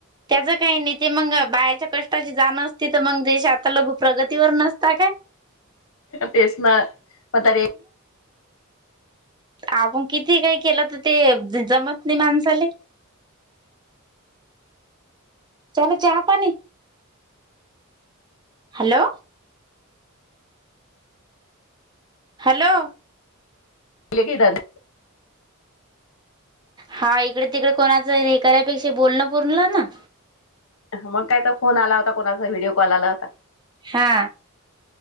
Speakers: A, on the right; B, on the left.
A: त्याचं काही नाही ते मंग बायाच्या कष्टाची जाण असती तर मग देश आता लगु प्रगतीवर नसता काय.
B: तेच ना, मग ता रे
A: आपण किती काही केलं तर ते ज जमत नाही मानसाले. झाल चहा पाणी? हॅलो हॅलो
B: लेखी डा दाय
A: हा इकडे तिकडे कोणाचा हे नाही करापेक्षा बोलणं पूर्णलं ना.
B: मग काय तर फोन आला होता, कोणाचा व्हिडिओ कॉल आला होता.
A: हा.